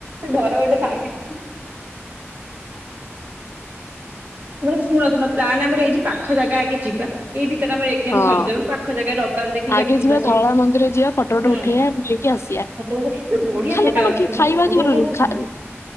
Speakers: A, on the right; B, on the left.
A: ଘର ଗୋଟେ ସାଇ। ଆମର ଶୁଣ ଶୁଣ ପ୍ଲାନ୍ ଆମର ଏଇ ପାଖ ଜାଗା ଆଗେ ଯିବା ଏଇ ଭିତରେ ଆମର। ଆମେ
B: ହଁ।
A: ସରିଯାଉ ପାଖ ଜାଗା ରବିବାର ଦେଖିକି
B: ଆଗେ
A: ଆମେ ଯିବା ସୁଁ।
B: ଧଳା ମନ୍ଦିର ଯିବା ଫଟୋ ଫଟୋ
A: ସେ
B: ଉଠେଇବା ବୁଲିକି ଆସିବା
A: ବଢିଆ
B: ଖାଲି
A: ପଟା
B: କଣ
A: ଆସୁଛି
B: କି ଖାଇବା
A: ବଢିଆ
B: ଜରୁରୀ
A: କଣ ଶୁଣନ୍ତୁ।
B: ଖା